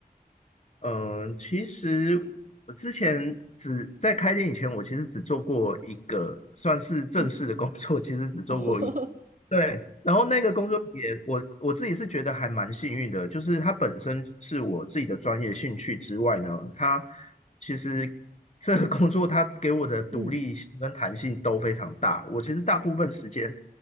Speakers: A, on the left; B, on the right.
A: 嗯、呃其实我之前只在开店以前，我其实只做过一个算是正式的工作，
B: 嗯，
A: 其实只做过一
B: <laughs> 哦，
A: 对，然后那个工作也，我我自己是觉得还蛮幸运的，就是它本身是我自己的专业兴趣之外呢，它其实这个工作它给我的独立性跟弹性都非常大。
B: 嗯嗯
A: 我其实大部分时间，